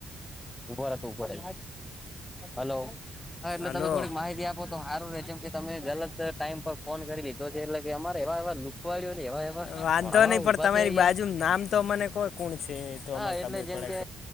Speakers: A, on the left (about 15°); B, on the left (about 70°).
A: ઉભો રે તું ઉભો રે હાલો હા એટલે
B: હલો
A: તમે થોડીક માહિતી આપો તો સારું રહે છેમ કે તમે ગલત ટાઈમ પર ફોન કરી લીધો છે એટલે અમારે એવા એવા લુખવાળો ને એવા એવા
B: વાંધો
A: ભડવાઓ
B: નહીં પણ
A: ઉભા
B: તમારી
A: છે અહિયાં
B: બાજુ નામ તો અને કોઈ કોણ છે તો
A: હા
B: અમારે ખાબર
A: એટલે જેમ
B: પડે
A: કે